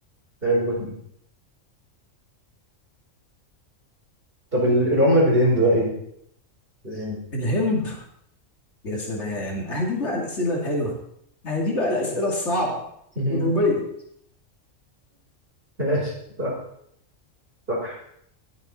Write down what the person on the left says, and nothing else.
الهند يا سلام اهدي بقى الأسئلة الحلوة اهدي بقى الأسئلة الصعبة
الروبية